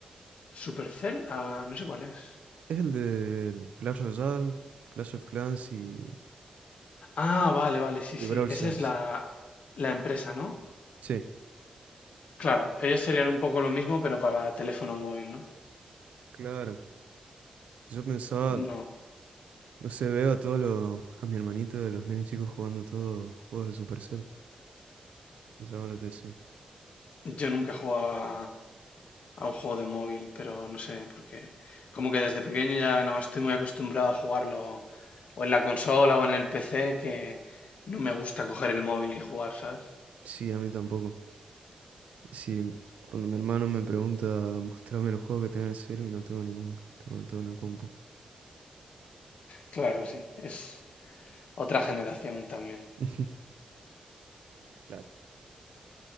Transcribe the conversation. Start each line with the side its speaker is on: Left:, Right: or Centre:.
Left: Supercell, ah, no sé cuál es.
Right: Es el de Clash Royale, Clash of Clans y,
Left: Ah, vale, vale, sí,
Right: y
Left: sí.
Right: Brawl Stars.
Left: Esa es la, la empresa, ¿no?
Right: Sí,
Left: Claro, ellos serían un poco lo mismo, pero para teléfono móvil, ¿no?
Right: claro. Yo pensaba,
Left: No,
Right: no sé, veo a todos los, a mi hermanito de los nenes chicos jugando todos juegos de Supercell. Me llama la atención.
Left: yo nunca he jugado a, a un juego de móvil, pero no sé, porque como que desde pequeño ya no estoy muy acostumbrado a jugarlo o en la consola o en el PC, que no me gusta coger el móvil y jugar, ¿sabes?
Right: Sí, a mí tampoco. Si cuando mi hermano me pregunta, mostrame los juegos que tiene en el celu y no tengo ninguno, tengo todo en la compu.
Left: Claro, sí, es otra generación también.
Right: <laughs> Claro.